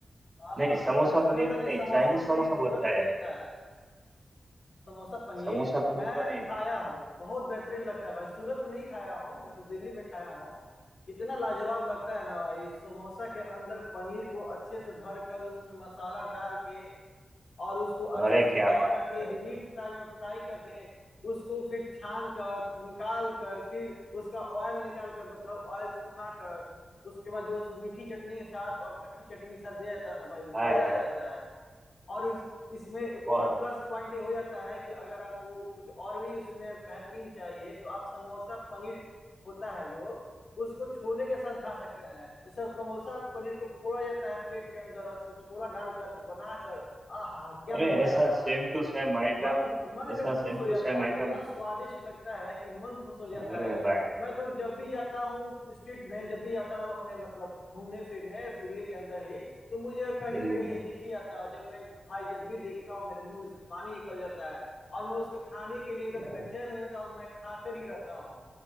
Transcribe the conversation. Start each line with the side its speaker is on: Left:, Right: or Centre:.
Left: हाँ
Right: नहीं समोसा
Left: मैंने सुना
Right: पनीर
Left: था
Right: तो
Left: कि
Right: नहीं
Left: समोसा
Right: चाइनीज समोसा
Left: पनीर
Right: बहुत
Left: सूरत
Right: खाया
Left: में बिकता
Right: है
Left: है समोसा पनीर
Right: समोसा पनीर
Left: मैं
Right: तो नहीं
Left: खाया हूँ बहुत बेहतरीन लगता है भाई सूरत में नहीं खाया हूँ मैं तो दिल्ली में खाया हूँ इतना लाजवाब लगता है ना भाई समोसा के अंदर पनीर को अच्छे से भर कर उसमें मसाला डाल के और उसको
Right: अरे
Left: अच्छे से पैक
Right: क्या बात
Left: करके
Right: कर
Left: डीप
Right: रहे हो
Left: फ्राई में फ्राई करके उसको फिर छान कर निकाल कर फिर उसका ऑयल निकाल कर मतलब ऑयल सुखा कर उसके बाद जो उस मीठी चटनी के साथ और खट्टी चटनी के साथ दिया जाता है ना भाई
Right: हाय
Left: मजा
Right: हाय
Left: आ जाता है और उस इसमें एक
Right: बहुत
Left: और प्लस पॉइंट ये हो जाता है कि अगर आपको कुछ और भी उसमें बेहतरीन चाहिए तो आप समोसा पनीर होता है जो उसको छोले के साथ खा सकते हैं जैसे समोसा पनीर को फोड़ा जाता है प्लेट के अंदर और उसको छोला डालकर बनाकर आहा क्या
Right: अरे
Left: मजा
Right: ऐसा
Left: आता है
Right: सेम
Left: भाई
Right: टू सेम आइटम
Left: मन मन एकदम
Right: ऐसा
Left: खुश
Right: सेम
Left: हो जाता
Right: टू सेम
Left: है
Right: आइटम
Left: इतना स्वादिष्ट लगता है कि मन खुश हो जाता
Right: अरे
Left: है
Right: भाई
Left: मैं तो जब भी जाता हूँ स्ट्रीट में जब भी जाता हूँ अपने मतलब घूमने फिरने दिल्ली के अंदर ही तो मुझे कहीं
Right: दिल्ली
Left: ना कहीं
Right: में
Left: ये दिख ही आता है और जब मैं भाई जब भी देखता हूँ मेरे मुंह में से पानी निकल जाता है और मैं उसको खाने के लिए एकदम
Right: क्या
Left: बेचैन
Right: बात-
Left: हो जाता हूँ और मैं खा कर ही रहता हूँ